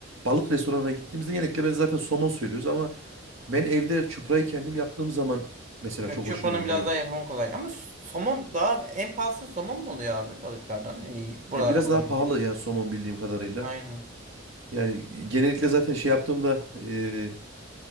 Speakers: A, on the right; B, on the right.
A: balık restoranına gittiğimizde genellikle ben zaten somon söylüyoruz ama ben evde çuprayı kendim yaptığım zaman mesela
B: Evet,
A: çok
B: Çupra'nın
A: hoşuma gidiyor.
B: biraz daha yapımı kolay. Ama somon daha en pahalısı somon mu oluyor abi balıklardan? Yani buralarda
A: E, biraz
B: bulabiliyoruz.
A: daha pahalı yani somon bildiğim kadarıyla.
B: Aynen.
A: Yani genellikle zaten şey yaptığımda e,